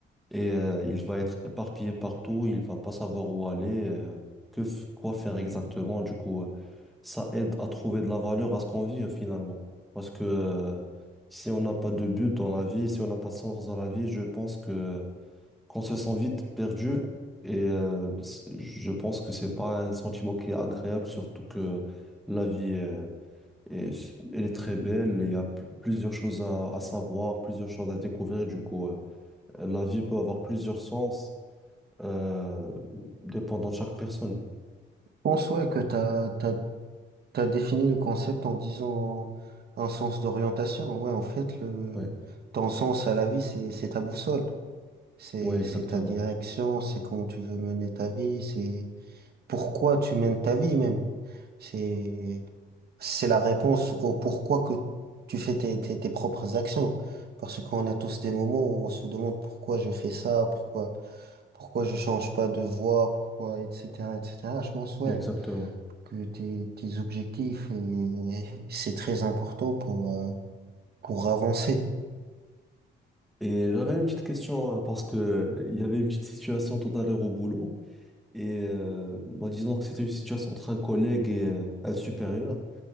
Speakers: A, in the centre; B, on the right.
A: et euh, il va être éparpillé partout, il va pas savoir où aller, euh, que f- quoi faire exactement. Du coup, euh, ça aide à trouver de la valeur à ce qu'on vit euh, finalement. Parce que euh, si on n'a pas de but dans la vie, si on n'a pas de sens dans la vie, je pense que qu'on se sent vite perdu et euh, c- je pense que c'est pas un sentiment qui est agréable, surtout que la vie euh, est, elle est très belle, il y a p- plusieurs choses à, à savoir, plusieurs choses à découvrir, du coup. euh, euh, La vie peut avoir plusieurs sens, euh, dépendant de chaque personne.
B: Je pense, ouais, que t'as, t'as, t'as défini le concept en disant un sens d'orientation. Ouais, en fait, le,
A: Ouais,
B: ton sens à la vie, c'est, c'est ta boussole. C'est,
A: ouais, exactement.
B: c'est ta direction, c'est comment tu veux mener ta vie, c'est pourquoi tu mènes ta vie même. C'est, c'est la réponse au pourquoi que tu fais tes, tes, tes propres actions. Parce qu'on a tous des moments où on se demande pourquoi je fais ça, pourquoi, pourquoi je change pas de voie, pourquoi, etc., etc. Je pense, ouais,
A: Exactement.
B: que tes, tes objectifs, et, c'est très important pour, euh, pour avancer.
A: Et j'avais une petite question, hein, parce que euh, il y avait une petite situation tout à l'heure au boulot, et euh, bah, disons que c'était une situation entre un collègue et euh, un supérieur.